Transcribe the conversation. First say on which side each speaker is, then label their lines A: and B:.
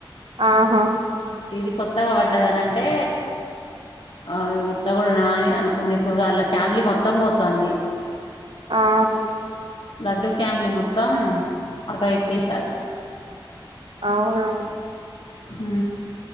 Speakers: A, on the right (about 80°); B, on the left (about 85°).
A: ఆహా
B: ఇది కొత్తగా పడ్డద అనింటే అ ఇట్లా కూడా అని అనుకున్నా ఇప్పుడు వాళ్ళ ఫ్యామిలీ మొత్తం పోతుంది
A: ఆహా
B: లడ్డు ఫ్యామిలీ మొత్తం ఆటో ఎక్కేశారు
A: అవును అవును
B: హ